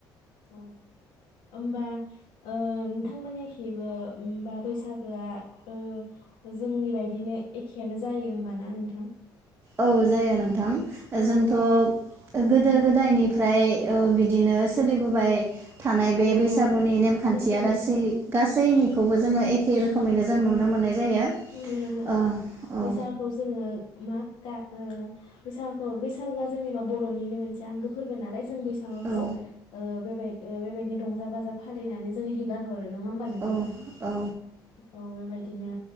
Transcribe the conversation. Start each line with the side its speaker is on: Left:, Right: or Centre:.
Left: औ ओमबा ओ नोंथांमोन खिबो ओमबा बैसागोआ ओ जोंनि बायदिनो एखेयानो जायो ओमबा ना नोंथां?
Right: औ जायो नोंथां
Left: औ
Right: जोंथ'
Left: एखे
Right: गोदो गोदायनिफ्राय ओ बिदिनो सोलिबोबाय थानाय
Left: औ
Right: बे बैसागुनि
Left: औ
Right: नेम खान्थिया
Left: बैसागो
Right: गासै गासैनिखौबो जोंङो एखे रोखोमैनो जों नुनो मोननाय जायो
Left: नुनो मोनो। औ
Right: ओ औ
Left: बैसागुखौ जोङो मा दा ओ बैसागु बैसागोआ जोंनि मा बर'निनो मोनसे आंगो फोरबो नालाय जों बैसागोखौ
Right: औ
Left: ओ बेबाय ओ बेबायदिनो रंजा बाजा फालिनानै जोंङो हेगार हरो नंङा होमबा नोंथां?
Right: औ औ
Left: औ बेबायदिनो